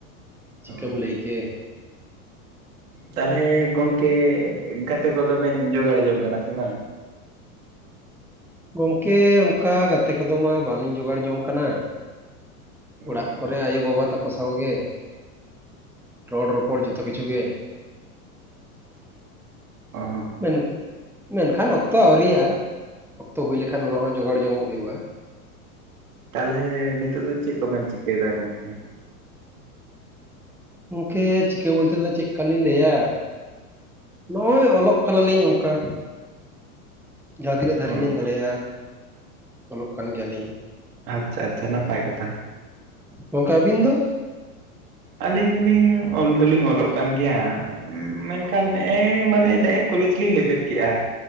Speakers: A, on the right; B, in the centre.
A: <inaudible>
B: ᱪᱤᱠᱟᱹᱢ
A: ᱚᱸ᱾
B: ᱞᱟᱹᱭ ᱠᱮ
A: ᱛᱟᱦᱚᱞᱮ ᱜᱚᱝᱠᱮ ᱜᱟᱛᱮ ᱠᱚᱫᱚ ᱵᱮᱱ ᱡᱚᱜᱟᱲ ᱡᱚᱝ ᱠᱟᱱᱟ ᱥᱮ ᱵᱟᱝ?
B: ᱜᱚᱝᱠᱮ ᱚᱱᱠᱟ ᱜᱟᱛᱮ ᱠᱚᱫᱚ ᱢᱟ ᱵᱟᱞᱤᱧ ᱡᱚᱜᱟᱲ ᱡᱚᱝ ᱠᱟᱱᱟ᱾ ᱚᱲᱟᱜ
A: ᱚ
B: ᱠᱚᱨᱮ ᱟᱭᱳ ᱵᱟᱵᱟ ᱛᱠᱚ ᱥᱟᱶ ᱜᱮ ᱨᱚᱲ ᱨᱚᱯᱚᱲ ᱡᱚᱛᱚ ᱠᱤᱪᱷᱩ ᱜᱮ,
A: ᱚ
B: ᱢᱮᱱ ᱢᱮᱱᱠᱷᱟᱱ ᱚᱠᱛᱚ ᱟᱹᱣᱨᱤᱭᱟᱜᱼᱟ᱾ ᱚᱠᱛᱚ ᱦᱩᱭ ᱞᱮᱠᱷᱟᱱ ᱚᱱᱟ ᱦᱚᱸ ᱡᱚᱜᱟᱲ ᱡᱚᱝᱚᱜ ᱦᱩᱭᱩᱜᱼᱟ᱾
A: ᱛᱟᱞᱦᱮ ᱱᱤᱛᱚᱜ ᱫᱚ ᱪᱮᱫ ᱠᱚ ᱵᱮᱢ ᱪᱤᱠᱟᱹᱭᱮᱫᱟ ᱜᱚᱝᱠᱮ?
B: ᱜᱚᱝᱠᱮ ᱪᱤᱠᱟᱹ ᱵᱚᱞ ᱛᱮ ᱫᱚ ᱪᱮᱫᱠᱟ ᱞᱤᱧ ᱞᱟᱹᱭᱟ, ᱱᱚᱜᱼᱚᱭ ᱚᱞᱚᱜ ᱠᱟᱱᱟᱞᱤᱧ ᱚᱱᱠᱟ᱾ ᱡᱟᱦᱟᱸ ᱛᱤᱱᱟᱹᱜ ᱫᱟᱨᱤᱡ
A: ᱚ
B: ᱞᱤᱧ ᱫᱟᱲᱮᱭᱟᱜᱼᱟ, ᱚᱞᱚᱜ ᱠᱟᱱ ᱜᱮᱭᱟᱞᱤᱧ᱾
A: ᱟᱪᱪᱷᱟ ᱟᱪᱪᱷᱟ ᱱᱟᱯᱟᱭ ᱠᱟᱛᱷᱟ᱾
B: ᱜᱚᱝᱠᱮ ᱟᱵᱤᱱ ᱫᱚ?
A: ᱟᱹᱞᱤᱧ ᱦᱚᱸᱞᱤᱧ ᱚᱞ ᱫᱚᱞᱤᱧ ᱚᱞᱚᱜ ᱠᱟᱱ ᱜᱮᱭᱟ, ᱢᱮᱱᱠᱷᱟᱱ ᱱᱮᱜᱼᱮ ᱢᱟᱱᱮ ᱱᱮᱜᱼᱮᱭ ᱠᱚᱞᱮᱡᱽ ᱞᱤᱧ ᱞᱮᱵᱮᱫ ᱠᱮᱜᱼᱟ᱾